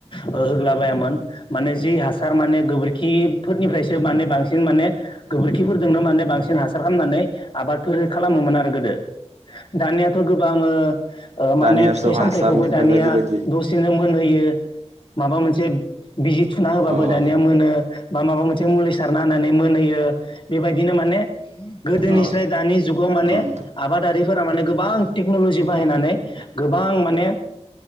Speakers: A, on the left; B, on the right.
A: ओ होग्लाबायामोन माने जि हासार माने गोबोरखिफोरनिफ्रायसो माने बांसिन माने गोबोरखिफोर जोंनो माने बांसिन हासार खालामनानै आबादफोर खालामोमोन आरो गोदो दानियाथ' गोबांओ
B: दानिया
A: माने फिथाइ
B: सब हासारनिफ्राय
A: सामथायाइखौबो दानिया
B: बायदि बायदि
A: दसेनो मोनहोयो यो माबा मोनसे बिजि थुना होबाबो
B: अ
A: दानिया
B: अ
A: मोनो बा माबा मोनसे मुलि सारनानानै मोनहैयो बेबायदिनो माने गोदोनिस्राय
B: अ
A: दानि जुगाव माने
B: औ नोंथां
A: आबादारि फोरा माने गोबां टेक्न'लजि बाहायनानै गोबां माने